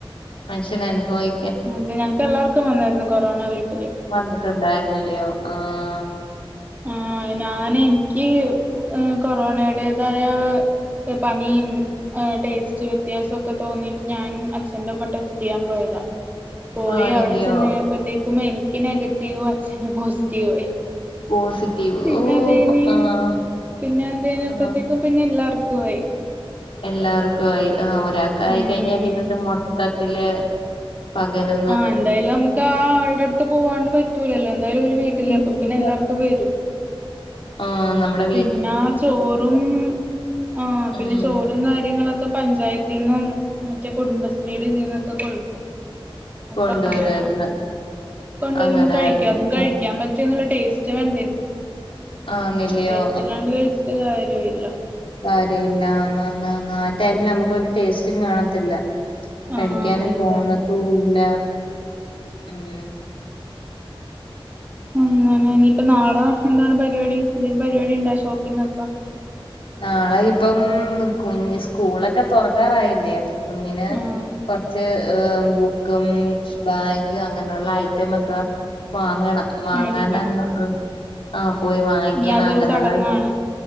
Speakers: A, on the left; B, on the right.
A: മനുഷ്യൻ അനുഭവി
B: അതെ, ഞങ്ങക്ക് എല്ലാവർക്കും വന്നിരുന്നു കൊറോണ വീട്ടില്.
A: വന്നിട്ടുണ്ടായിരുന്നില്ല്യോ ആഹ്
B: ആഹ് ഞാന് എനിക്ക് കൊറോണയടേതായ ക്ക് പനീം ടേസ്റ്റ് വ്യത്യാസൊക്കെ തോന്നിയിട്ട് ഞാൻ അച്ഛന്റെ ഒപ്പം ടെസ്റ്റ് ചെയ്യാൻ പോയതാ പോയി
A: ആണില്ലയോ
B: അവിടെ ചെന്ന് കഴിഞ്ഞപ്പോത്തേക്കും എനിക്ക് നെഗറ്റീവും അച്ഛന് പോസിറ്റീവും ആയി.
A: പോസിറ്റീവ്
B: പിന്നെ
A: ഓ
B: അത്കഴിഞ്ഞ്
A: ആഹ്
B: പിന്നെ അത് കഴിഞ്ഞപ്പത്തേക്കും
A: ആഹ്
B: പിന്നെ എല്ലാർക്കും ആയി.
A: എല്ലാർക്കും ആയി. ആഹ് ഒരാക്ക് ആയി
B: ഉം
A: കഴിഞ്ഞാ പിന്നത് മൊത്തത്തില് പകരുന്നത്
B: ആഹ് എന്തായാലും നമുക്ക് ആ ആളുടെ അടുത്ത് പോവാണ്ട് പറ്റൂലല്ലോ എന്തായാലും ഒരു വീട്ടിലല്ലെ
A: ഇല്ലില്ല
B: അപ്പൊ പിന്നെ എല്ലാവർക്കും വരും
A: ആഹ് നമ്മടെ
B: പിന്നാ ചോറും ആഹ് പിന്നെ
A: ഉം
B: ചോറും കാര്യങ്ങളൊക്കെ പഞ്ചായത്തിന്നും മറ്റേ കുടുംബശ്രീടെ ഇതീന്നൊക്കെ കൊട്ക്കും. അപ്പ
A: കൊണ്ടുവരുവാരുന്ന്
B: അങ്ങനെ കൊണ്ടുവരുമ്പോ
A: അങ്ങനാരുന്നു
B: കഴിക്കും അതും കഴിക്കാൻ
A: ആഹ്
B: പറ്റൊന്നുല്ല ടേസ്റ്റ് വേണ്ടേ.
A: ആന്നില്ലയോ
B: ടേസ്റ്റില്ലാണ്ട് കഴിച്ചിട്ട് കാര്യോല്ല.
A: കാര്യവില്ല. അന്ന് അന്ന് അന്ന് ആ ടൈമില് നമുക്ക് ഒരു ടേസ്റ്റും കാണത്തില്ല.
B: ആഹ്
A: കഴിക്കാനും
B: ഇല്ല
A: തോന്നത്തൂല്ല. ഉം
B: അങ്ങനെ ഇനിയിപ്പ നാളെ എന്താണ് പരിപാടി? എന്തേലും പരിപാടിണ്ടാ ഷോപ്പിങൊക്കെ?
A: നാളെ ഇപ്പം കുഞ് സ്കൂളൊക്കെ തൊറക്കാറായില്ലേ. കുഞ്ഞിന്
B: ആഹ്
A: കൊറച്ച് ബു ക്കും ബാഗ് അങ്ങനെയുള്ള ഐറ്റമെക്കെ വാങ്ങണം. വാങ്ങാനന്ന
B: മേടിക്കണം
A: ആഹ് പോയി വാങ്ങിക്കണം
B: ഇനി അതൊരു
A: അങ്ങനെയുള്ള
B: ചടങ്ങാണ്